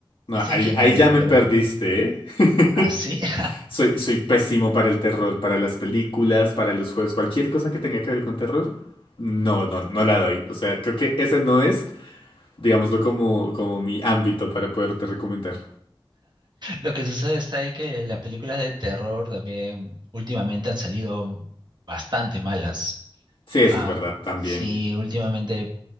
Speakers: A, on the left; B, on the right.
A: no,
B: Parecen
A: ahí,
B: geniales,
A: ahí ya me
B: pero
A: perdiste, ¿eh?
B: así. <laughs>
A: <laughs> Soy, soy pésimo para el terror, para las películas, para los juegos, cualquier cosa que tenga que ver con terror, no, no, no la doy. O sea, creo que ese no es, digámoslo, como, como mi ámbito para poderte recomendar.
B: Lo que sucede está en que las películas de terror también últimamente han salido bastante malas.
A: Sí, eso
B: Ah,
A: es verdad, también.
B: sí, últimamente